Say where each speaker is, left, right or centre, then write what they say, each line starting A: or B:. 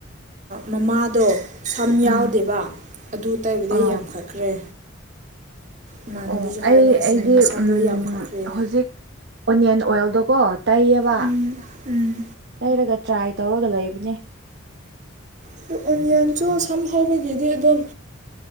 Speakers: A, on the right; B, on the right.
A: ꯃꯃꯥꯗꯣ ꯁꯝ
B: ꯎꯝ
A: ꯌꯥꯎꯗꯦꯕ ꯑꯗꯨ ꯇꯩꯕꯗꯩ
B: ꯑꯥ
A: ꯌꯥꯝꯈꯠꯈ꯭ꯔꯦ ꯏꯃꯥꯟꯅꯕꯤꯁꯨ
B: ꯑꯣ
A: ꯍꯥꯏꯅꯦ
B: ꯑꯩ
A: ꯑꯁꯤꯅ
B: ꯑꯩꯗꯤ
A: ꯃꯁꯝꯗꯣ
B: ꯎꯝ
A: ꯌꯥꯝꯈꯠꯈ꯭ꯔꯦꯅ
B: ꯍꯧꯖꯤꯛ ꯑꯣꯅꯤꯌꯟ ꯑꯣꯏꯜꯗꯣꯀꯣ ꯇꯩꯌꯦꯕ
A: ꯎꯝ ꯎꯝ
B: ꯇꯩꯔꯒ ꯇ꯭ꯔꯥꯏ ꯇꯧꯔꯒ ꯂꯩꯕꯅꯦ
A: ꯑꯗꯣ ꯑꯣꯅꯤꯌꯟꯁꯨ ꯁꯝ ꯍꯧꯕꯒꯤꯗꯤ ꯑꯗꯨꯝ꯫